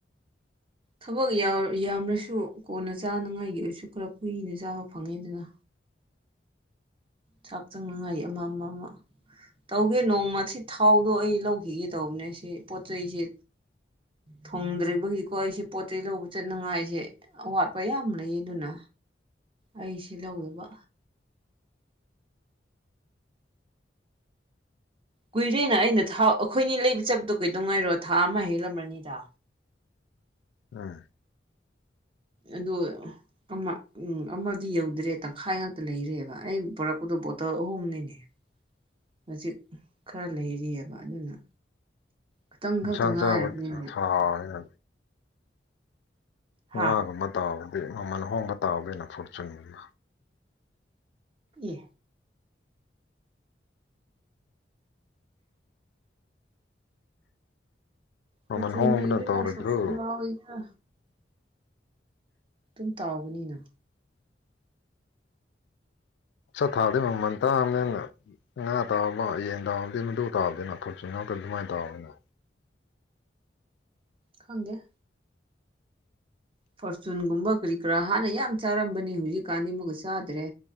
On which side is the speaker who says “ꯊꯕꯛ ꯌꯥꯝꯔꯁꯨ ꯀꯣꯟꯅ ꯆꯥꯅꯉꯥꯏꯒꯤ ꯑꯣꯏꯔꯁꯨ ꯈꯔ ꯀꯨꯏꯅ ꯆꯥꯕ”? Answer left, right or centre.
Right